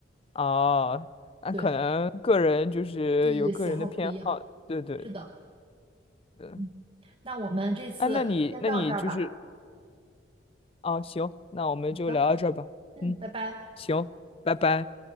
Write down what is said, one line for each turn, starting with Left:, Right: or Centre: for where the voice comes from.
Left: 啊，那可能个人就是有个人的偏好，
Right: 对，对对对，喜好不一样。
Left: 对对
Right: 是的，
Left: 对。
Right: 嗯，那我们这次先到这儿吧。
Left: 哎，那你那你就是，啊，行，那我们就聊到这儿吧。
Right: 好的。嗯，
Left: 嗯，
Right: 拜拜。
Left: 行，拜拜。